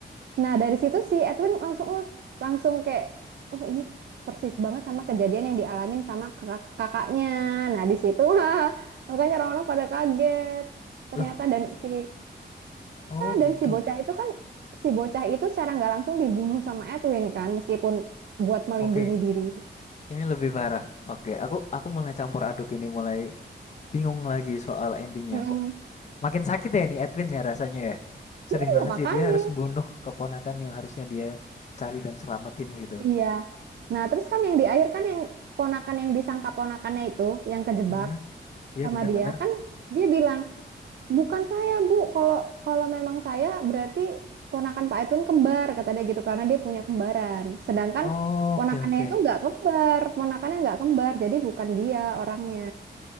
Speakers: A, on the right; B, on the left.
A: Nah, dari situ si Edwin langsung "Wah," langsung kayak oh ini persis banget sama kejadian yang dialamin sama kakak- kakaknya. Nah, di situ <laughs> wah, makanya orang-orang pada kaget. Ternyata
B: loh,
A: dan si
B: oh gitu.
A: dan si bocah itu kan si bocah itu secara nggak langsung dibunuh sama Edwin kan meskipun buat melindungi
B: Oke,
A: diri.
B: ini lebih parah. Oke, aku aku mulai campur aduk ini mulai bingung lagi soal endingnya.
A: Mm-mm.
B: Kok Makin sakit ya nih Edwin ya rasanya ya. Sedih
A: Iya,
B: banget
A: makanya.
B: sih dia harus membunuh keponakan yang harusnya dia cari dan selamatin gitu.
A: Iya. Nah, terus kan yang di akhir kan yang ponakan yang disangka ponakannya itu yang kejebak
B: Mhm. Iya
A: sama
B: bener-bener.
A: dia kan dia bilang Bukan saya, Bu. Kalau kalau memang saya berarti ponakan Pak Edwin kembar kata dia gitu karena dia punya kembaran. Sedangkan
B: Oke
A: ponakannya
B: oke
A: itu nggak kembar, ponakannya nggak kembar, jadi bukan dia orangnya